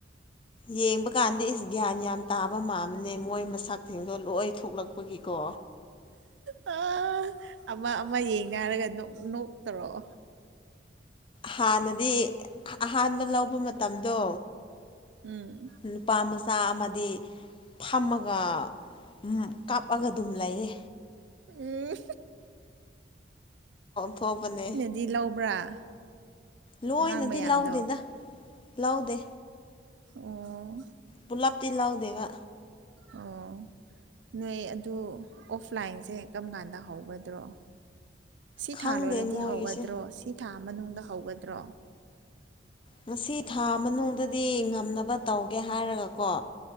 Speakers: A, on the left; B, on the right.
A: ꯌꯦꯡꯕ ꯀꯥꯟꯗ ꯏꯁ ꯒ꯭ꯌꯥꯟ ꯌꯥꯝ ꯇꯥꯕ ꯃꯥꯃꯦ ꯅ ꯃꯣꯏ ꯃꯁꯥꯛꯁꯤꯡꯤꯡꯗꯣ ꯂꯣꯏ ꯊꯣꯛꯂꯛꯄꯒꯤꯀꯣ
B: ꯑꯥ ꯑꯃ ꯑꯃ ꯌꯦꯡꯅꯦ ꯍꯥꯏꯔꯒ ꯅꯣꯛꯇꯧꯔꫭ
A: ꯍꯥꯟꯅꯗꯤ ꯑꯍꯥꯟꯕ ꯂꯧꯕ ꯃꯇꯝꯗꯣ
B: ꯎꯝ
A: ꯅꯨꯄꯥ ꯃꯆꯥ ꯑꯃꯗꯤ ꯐꯝꯃꯒ ꯎꯝ ꯀꯥꯞꯑꯒ ꯑꯗꯨꯝ ꯂꯩꯌꯦ
B: ꯎꯝ
A: ꯊꯣꯛꯄꯅꯦ
B: ꯗꯤ ꯂꯧꯕ꯭ꯔꯥ
A: ꯂꯣꯏꯅꯗꯤ
B: ꯑꯉꯥꯡ ꯃꯌꯥꯝꯗꯣ
A: ꯂꯧꯥꯎꯗꯦꯗ ꯂꯧꯗꯦ
B: ꯑꯣ
A: ꯕꯨꯂꯞꯇꯤ ꯂꯥꯎꯗꯦꯕ
B: ꯑꯣ ꯅꯣꯏ ꯑꯗꯨ ꯑꯣꯐꯂꯥꯏꯟꯁꯦ ꯀꯔꯝ ꯀꯥꯟꯗ ꯍꯧꯒꯗ꯭ꯔꯣ ꯁꯤ
A: ꯈꯪꯗꯦ
B: ꯊꯥ ꯂꯣꯏꯔꯗꯤ
A: ꯃꯣꯏꯒꯤꯁꯦ
B: ꯍꯧꯒꯗ꯭ꯔꯣ ꯁꯤ ꯊꯥ ꯃꯅꯨꯡꯗ ꯍꯧꯒꯗ꯭ꯔꯣ
A: ꯉꯁꯤ ꯊꯥ ꯃꯅꯨꯡꯗꯗꯤ ꯉꯝꯅꯕ ꯇꯧꯒꯦ ꯍꯥꯏꯔꯒꯀꯣ